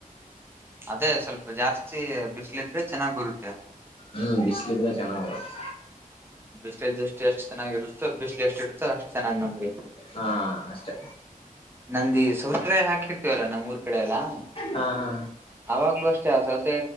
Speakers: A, on the right; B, on the left.
A: ಅದೇ ಸ್ವಲ್ಪ ಜಾಸ್ತಿ ಬಿಸಲ ಇದ್ರೆ ಚನ್ನಾಗಿ ಬರುತ್ತೆ
B: ಹಮ್ ಬಿಸಿಲ ಇದ್ರೆ ಚನ್ನಾಗಿ ಬರುತ್ತೆ
A: ಬಿಸಿಲಿಂದಷ್ಟು ಎಷ್ಟ ಚನ್ನಾಗಿರುತ್ತೋ ಬಿಸಲ ಎಷ್ಟ ಇರುತ್ತೋ ಅಷ್ಟ್ ಚನ್ನಾಗಿ ನಮಗ.
B: ಹಾ ಅಷ್ಟೆ
A: ನಮ್ಗೆ ಸೂರ್ಯ ಹಾಕಿರ್ತೀವಿ ಅಲ್ಲ ನಮ್ಮ ಊರ ಕಡೆ ಎಲ್ಲಾ
B: ಹಾ ಹಾ
A: ಯಾವಾಗ್ಲೂ ಚಾಜ